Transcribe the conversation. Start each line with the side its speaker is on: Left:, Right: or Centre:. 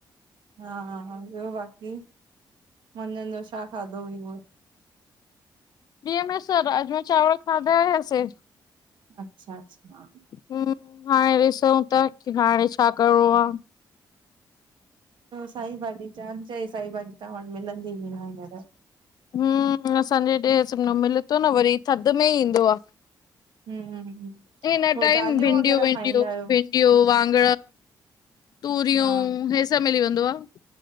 Right: हा हा हा, ॿियो बाक़ी! मंझंदि जो छा खाधो हुई?
Left: डिहँ जो त राजमा चावल खाधा हुयासे।
Right: अच्छा अच्छा!
Left: हम्म, हाणे ॾिसांउ था कि हाणे छा करणो आ।
Right: साई भाॼी चांयन, चंयाई साई भाॼी तां वटि मिलंदी ई न हिंञर।
Left: हम्म असांजे हेॾे न मिले थो न वरी, थधि में इ ईंदो आ।
Right: हम्म
Left: हिन
Right: पोइ
Left: टाइम
Right: दालियूं
Left: भिंडियूं
Right: वग़ैरह
Left: विंडियूं
Right: खाईंदा आहियो?
Left: भिय ॿियो, वाॻण, तूरियूं
Right: हा
Left: हियो सब मिली वेंदो आ।